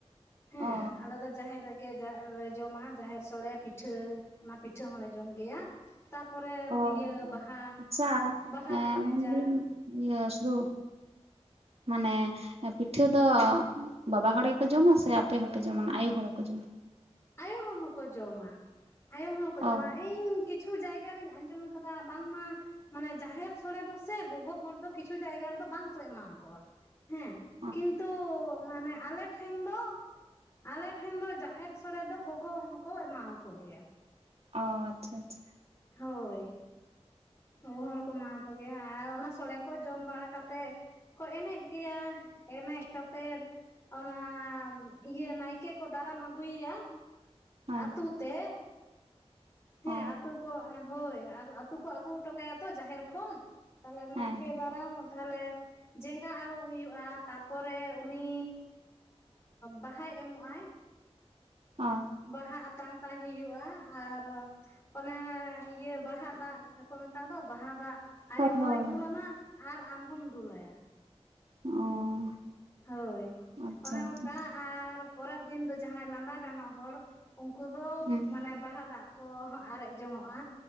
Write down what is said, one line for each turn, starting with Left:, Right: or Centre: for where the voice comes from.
Left: ᱦᱮᱸ
Right: ᱚ
Left: ᱟᱞᱮ ᱫᱚ ᱡᱟᱦᱮᱨ ᱨᱮᱜᱮ ᱡ ᱞᱮ ᱡᱚᱢᱟ ᱡᱟᱦᱮᱨ ᱥᱳᱲᱮ ᱯᱤᱴᱷᱟᱹ ᱚᱱᱟ ᱯᱤᱴᱷᱟᱹ ᱦᱚᱸᱞᱮ ᱡᱚᱢ ᱜᱮᱭᱟ᱾ ᱛᱟᱯᱚᱨᱮ
Right: ᱚ
Left: ᱤᱭᱟᱹ ᱵᱟᱦᱟ
Right: ᱟᱪᱪᱷᱟ
Left: ᱵᱟᱦᱟᱞ ᱞᱮ ᱮᱱᱮᱡᱟ
Right: ᱢᱮᱱᱫᱟᱹᱧ ᱤᱭᱟᱹ ᱥᱩᱫᱷᱩ ᱢᱟᱱᱮ ᱯᱤᱴᱷᱟᱹ ᱫᱚ ᱵᱟᱵᱟ ᱦᱚᱲ ᱜᱮᱠᱚ ᱡᱚᱢᱟ ᱥᱮ ᱟᱯᱮ ᱦᱚᱸᱯᱮ ᱡᱚᱢᱟ ᱟᱭᱳ ᱦᱚᱲ ᱦᱚᱸᱠᱚ ᱡᱚᱢᱟ
Left: ᱟᱭᱳ ᱦᱚᱲ ᱦᱚᱸᱠᱚ ᱡᱚᱢᱟ ᱟᱭᱳ ᱦᱚᱲ ᱦᱚᱸᱠᱚ ᱡᱚᱢᱟ
Right: ᱚ
Left: ᱤᱧ ᱠᱤᱪᱷᱩ ᱡᱟᱭᱜᱟ ᱨᱤᱧ ᱟᱸᱡᱚᱢ ᱟᱠᱟᱫᱟ ᱵᱟᱝᱢᱟ ᱢᱟᱱᱮ ᱡᱟᱦᱮᱨ ᱥᱳᱚᱲᱮ ᱫᱚ ᱥᱮ ᱜᱚᱜᱚ ᱦᱚᱲ ᱫᱚ ᱠᱤᱪᱷᱩ ᱡᱟᱭᱜᱟ ᱨᱮᱫᱚ ᱵᱟᱝᱠᱚ ᱮᱢᱟᱠᱚᱣᱟ᱾ ᱦᱮᱸ
Right: ᱚ
Left: ᱠᱤᱱᱛᱩ ᱢᱟᱱᱮ ᱟᱞᱮ ᱴᱷᱮᱱ ᱫᱚ ᱟᱞᱮ ᱴᱷᱮᱱ ᱫᱚ ᱡᱟᱦᱮᱨ ᱥᱳᱲᱮ ᱫᱚ ᱜᱚᱜᱚ ᱦᱚᱲ ᱦᱚᱸᱠᱚ ᱮᱢᱟᱣᱟ ᱠᱚ ᱜᱮᱭᱟ᱾
Right: ᱚᱻ ᱟᱪᱪᱷᱟ ᱟᱪᱪᱷᱟ
Left: ᱦᱳᱭ‌ ᱜᱚᱜᱚ ᱦᱚᱲ ᱦᱚᱠᱚ ᱮᱢᱟ ᱠᱚ ᱜᱮᱭᱟ ᱟᱨ ᱚᱱᱟ ᱥᱳᱲᱮ ᱠᱚ ᱡᱚᱢ ᱵᱟᱲᱟ ᱠᱟᱛᱮᱫ ᱠᱚ ᱮᱱᱮᱡ ᱜᱮᱭᱟ ᱮᱱᱮᱡ ᱠᱟᱛᱮᱫ ᱚᱱᱟ ᱤᱭᱟᱹ ᱱᱟᱭᱠᱮ ᱠᱚ ᱫᱟᱨᱟᱢ ᱟᱹᱜᱩᱭᱮᱭᱟ
Right: ᱦᱮᱸ
Left: ᱟᱛᱩ ᱛᱮ ᱦᱮᱸ
Right: ᱚ
Left: ᱟᱹᱛᱩ ᱠᱚ ᱦᱳᱭ ᱟᱹᱛᱩ ᱠᱚ ᱟᱹᱜᱩ ᱦᱚᱴᱚ ᱠᱟᱭᱟ ᱛᱚ ᱡᱟᱦᱮᱨ ᱠᱷᱚᱱ ᱛᱟᱦᱞᱮ
Right: ᱦᱮᱸ
Left: ᱱᱟᱭᱠᱮ ᱫᱟᱨᱟᱢᱚᱜ ᱛᱟᱦᱞᱮ ᱡᱟᱸᱜᱟ ᱟᱹᱨᱩᱵ ᱦᱩᱭᱩᱜᱼᱟ ᱛᱟᱨᱯᱚᱨᱮ ᱩᱱᱤ ᱵᱟᱦᱟᱭ ᱮᱢᱚᱜ ᱟᱭ
Right: ᱦᱸ
Left: ᱵᱟᱦᱟ ᱟᱛᱟᱝ ᱛᱟᱭ ᱦᱩᱭᱩᱜᱼᱟ ᱟᱨ ᱚᱱᱟ ᱤᱭᱟᱹ ᱵᱟᱦᱟ ᱫᱟᱜᱠᱚ ᱢᱮᱛᱟᱜ ᱫᱚ ᱵᱟᱦᱟ ᱫᱟᱜ ᱟᱭᱳ
Right: ᱦᱳᱭ
Left: ᱦᱚᱸᱭ
Right: ᱦᱳᱭ
Left: ᱫᱩᱞᱟᱢᱟ
Right: ᱦᱳᱭ
Left: ᱟᱨ ᱟᱢ ᱦᱚᱢ ᱫᱩᱞᱟᱭᱟ᱾
Right: ᱚ
Left: ᱦᱳᱭ
Right: ᱟᱪᱪᱷᱟ
Left: ᱚᱱᱮ
Right: ᱟᱪᱪᱷᱟ
Left: ᱚᱱᱠᱟ ᱟᱨ ᱯᱚᱨᱮᱨ ᱫᱤᱱ ᱫᱚ ᱡᱟᱦᱟᱸᱭ ᱞᱟᱸᱫᱟ ᱜᱟᱱᱚᱜ ᱦᱚᱲ ᱩᱱᱠᱩ ᱫᱚ
Right: ᱦᱮᱸ
Left: ᱢᱟᱱᱮ ᱵᱟᱦᱟ ᱫᱟᱜ ᱠᱚᱦᱚᱸ ᱟᱨᱮᱡ ᱡᱚᱝᱚᱜᱼᱟ᱾